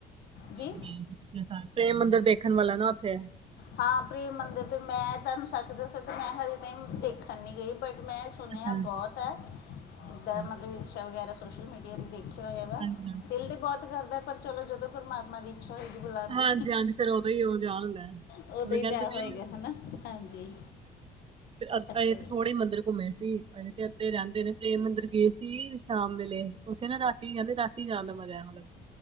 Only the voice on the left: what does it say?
ਜੀ
ਹਾਂ ਪ੍ਰੇਮ ਮੰਦਰ ' ਮੈਂ ਤੁਹਾਨੂੰ ਸੱਚ ਦੱਸਿਆ ਤਾਂ ਮੈਂ ਹਜੇ ਤਾਈ ਦੇਖਣ ਨਹੀਂ ਗਈ, ਬਟ ਮੈਂ ਸੁਣਿਆ
ਬਹੁਤ ਹੈ। ਇੱਦਾਂ
ਮਤਲਬ ਹੈ ਇੰਸਟਾ ਵਗੈਰਾ, ਸੋਸ਼ਲ ਮੀਡੀਆ ਤੇ ਦੇਖਿਆ ਹੋਇਆ ਵਾ।
ਦਿਲ ਤੇ ਬਹੁਤ ਕਰਦਾ ਪਰ ਚਲੋ ਜਦੋਂ ਪਰਮਾਤਮਾ ਦੀ। ਇੱਛਾ ਹੋਏਗੀ ਬੁਲਾਂਣ
ਦੀ।
ਉਹਦੋਂ
ਹੀ
ਜਾ
ਹੋਏਗਾ
ਹੈਣਾਂ, ਹਾਂਜੀ।
ਅੱਛਾ
ਜੀ